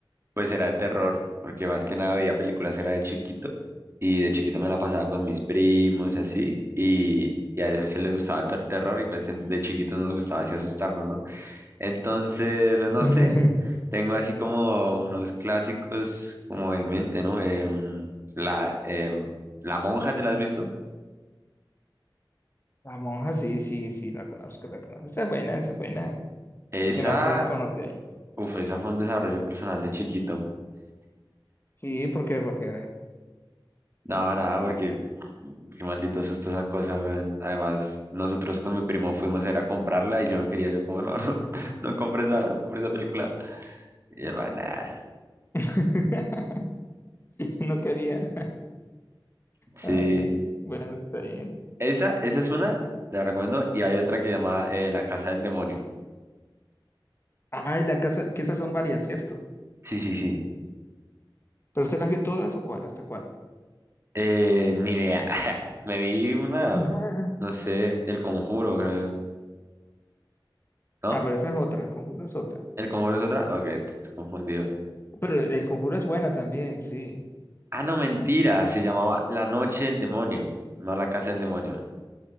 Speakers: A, on the right; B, on the left.
A: pues era de terror, porque más que nada veía películas era de chiquito y de chiquito me la pasaba con mis primos y así, y, y a eso sí les gustaba el ter- terror y pues en- de chiquitos nos gustaba así asustarnos, ¿no? Entonces, pues, no
B: <laughs>
A: sé, tengo así como unos clásicos como en mente, ¿no? Em, la, em, la monja, ¿te la has visto?
B: La monja, sí, sí, sí, la conozco, la conozco. Esa es buena, esa es buena.
A: Esa,
B: ¿Qué más, qué más conoce ahí?
A: uf, esa fue un desarrollo personal de chiquito.
B: Sí, ¿por qué? Porque a ver.
A: No, nada, porque qué maldito susto esa cosa, weón. Además, nosotros con mi primo fuimos a ir a comprarla y yo no quería, yo como, no, no, <laughs> no compres esa, no compre esa película. Y yo, "Man, nah".
B: <laughs> no quería.
A: Sí.
B: Ay, bueno, está bien.
A: Esa, esa es una, te la recomiendo, y hay otra que se llama eh, La Casa del Demonio.
B: Ay, la casa, que esas son varias, ¿cierto?
A: Sí, sí, sí.
B: ¿Pero usted las vio todas o cuál? ¿Hasta cuál?
A: Eh, ni idea. <laughs> Me vi una,
B: <laughs>
A: no sé, El Conjuro, creo, ¿no?
B: Ah, pero esa es otra, el conjuro es otra.
A: ¿El Conjuro es otra? Ok, estoy confundido.
B: Pero el conjuro es buena también, sí.
A: Ah, no, mentira, se llamaba La Noche del Demonio, no La Casa del Demonio.